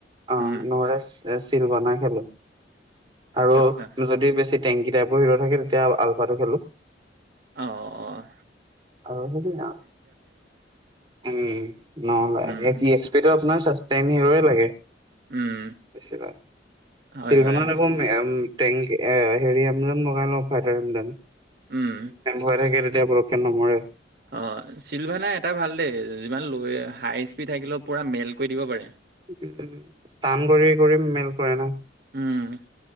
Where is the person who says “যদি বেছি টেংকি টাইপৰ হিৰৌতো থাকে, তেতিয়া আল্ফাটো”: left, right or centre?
Right